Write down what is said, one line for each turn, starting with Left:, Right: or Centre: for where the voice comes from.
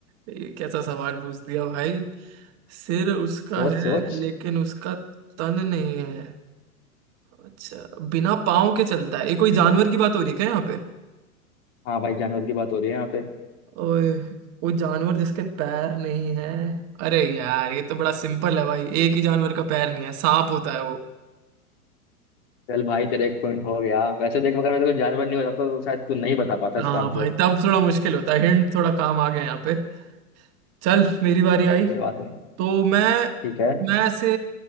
Right: ये कैसा सवाल पूछ दिया भाई सिर उसका
Left: सोच
Right: है
Left: सोच
Right: लेकिन उसका तन नहीं है अच्छा बिना पाँव के चलता है ये कोई जानवर की बात हो रही है क्या यहाँ पे
Left: हाँ भाई जानवर की बात हो रही है यहाँ पे
Right: ओए कोई जानवर जिसके पैर नहीं है अरे यार ये तो बड़ा सिंपल है भाई एक ही जानवर का पैर नहीं है सांप होता है
Left: चल भाई तेरा एक पॉइंट हो गया वैसे देख अगर कोई जानवर नहीं हो जाता तो शायद तू नहीं बता पाता इसका
Right: हाँ
Left: आंसर
Right: भाई तब थोड़ा मुश्किल होता है हिंट थोड़ा काम आ गया यहाँ पे चल मेरी बारी आई
Left: कोई बात नहीं
Right: तो मैं
Left: ठीक है
Right: मैं ऐसे